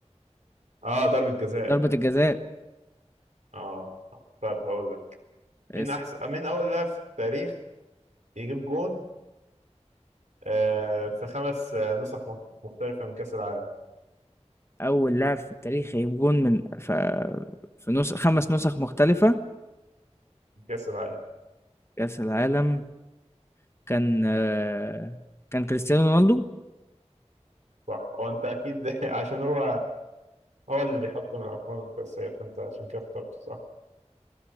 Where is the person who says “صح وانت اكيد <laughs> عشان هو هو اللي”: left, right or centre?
Right